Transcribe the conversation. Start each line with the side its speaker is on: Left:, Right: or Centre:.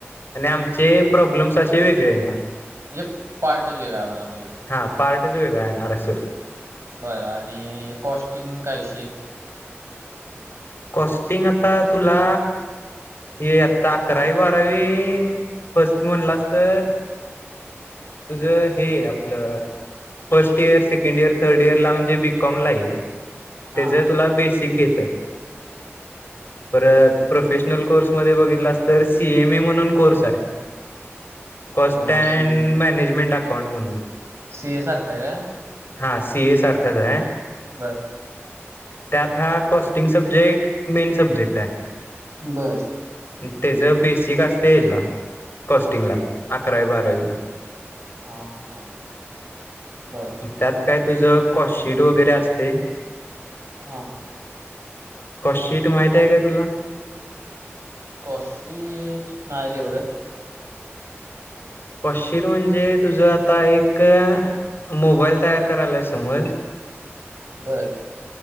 Left: आणि आमचे प्रॉब्लेम्स असे वेगळे येणार
Right: म्हजे पार्टज वेगय बनता य
Left: हा पार्टच वेगळा येणार अस
Right: बरं आणि कॉस्टिंग काय विषय
Left: कस्टिंग आता तुला ये आता अकरावी बारावी फर्स्ट म्हणलास तर तुझ हे आपलं first year second year third year ला म्हणजे बीकॉम ला आहे.
Right: हा
Left: त्याच तुला बेसिक घेतात <inaudible> परत प्रोफेशनल कोर्समध्येध्ये बघितलास तर सीएमए म्हणून कोर्स आहे.
Right: बर
Left: कॉस्ट अँड
Right: सी
Left: मॅनेजमेंट अकाउंट म्हणून
Right: सीएसारखा आहे का?
Left: हा सी ए सारखंच आहे.
Right: बर
Left: त्यात हा कॉस्टिंग सब्जेक्ट मेन सब्जेक्ट आहे.
Right: बरं,
Left: त्याच बेसिक असत याला कॉस्टिंगला अकरावी बारावीला
Right: हा हा हा. बर
Left: त्यात काय तुझं कॉस्शीट वगैरे असते,
Right: हा,
Left: कॉस् शीट माहित आहे काय तुला?
Right: कौशी ना रे एवढं
Left: कॉशशिट म्हणजे तुझं आता एक मोबाईल तयार करायलाय समज
Right: बर,